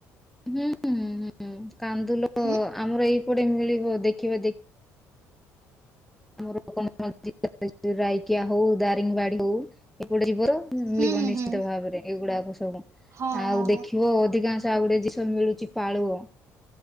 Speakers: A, in the centre; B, on the right.
A: ହୁଁ ହୁଁଁ ହୁଁ କାନ୍ଦୁଲ
B: ହୁଁ
A: ଆମର ଏଇପଟେ ମିଳିବ ଦେଖିବା ଦେ ଆମର <unintelligible> ରାଇକିଆ ହଉ, ଦାରିଙ୍ଗବାଡି ହଉ। ଏପଟେ ଯୀବର ମିଳିବ
B: ହୁଁ ହୁଁ
A: ନିଶ୍ଚିତ
B: ହୁଁ।
A: ଭାବରେ ଏଇଗୁଡାକ ସବୁ
B: ହଁ
A: ଆଉ
B: ହଁ
A: ଦେଖିବ ଅଧିକାଂଶ ଆଉ ଗୋଟେ ଜିନିଷ ମିଳୁଚି ପାଳୁଅ